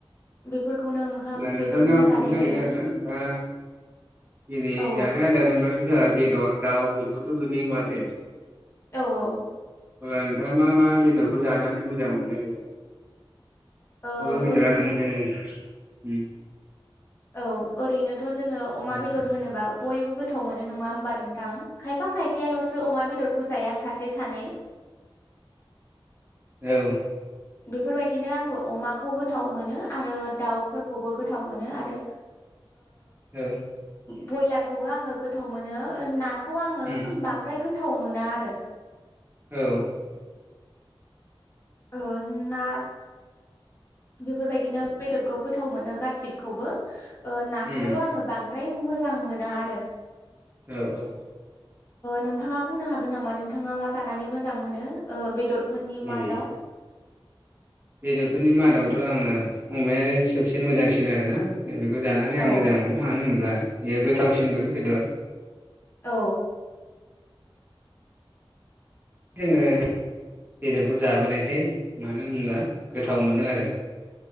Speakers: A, on the left (about 30°); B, on the right (about 25°).
A: बेफोरखौनो ओंखाम
B: अब्ला नोंथांनियाव
A: बेफोरखौनो
B: आं सोंनो
A: जानाय
B: नागिरदों
A: जायो
B: आरोना नोंथाङा दिनै
A: औ
B: जानाय आदार होनब्लाथ' जोंहा बेदर दाउ बेखौथ' गोग्लैयो नङासो
A: औ औ
B: अब्ला नोंथांङा मा मा बेदरखौ जानानै मोजां मोनो आरो? <unintelligible>
A: ओ ओरैनोथ' औ ओरैनोथ' जोंङो अमा
B: उम
A: बेदर होनोबा बयबो गोथाव मोनो नंङा होमबा नोंथां? खायफा खायफायाल'सो अमा बेदरखौ जाया सासे सानै?
B: औ
A: बेफोरबायदिनो आंबो अमाखौ गोथाव मोनो। आरो दाउफोरखौबो गोथाव गोथाव मोनो आरो
B: औ-
A: ब्रयलारखौबो आंङो गोथाव मोनो। नाखौ आंङो
B: उम
A: बांद्राय गोथाव मोना आरो
B: औ
A: ओ ना बेफोरबायदिनो बेदरखौ गोथाव मोनो गासिबखौबो। नाखौल'
B: उम
A: आंङो बांद्राय मोजां मोना आरो?
B: औ औ
A: नोंथांङा बुंनो हागोन नामा नोंथांङा मा जानानै मोजां मोनो? बेदरफोरनि
B: नैबे
A: मादाव
B: बेदरफोरनि मादावथ' आं ना अमायानो सबसेन मोजांसिन आरो ना। बेखौ जानानै आं
A: औ
B: मोजां मोनो। मानो होनब्ला बेयो गोथावसिनबो बेदर।
A: औ
B: जोंङो बेदरखौ जाबोनायखाय मानो होनबब्ला गोथाव मोनो आरो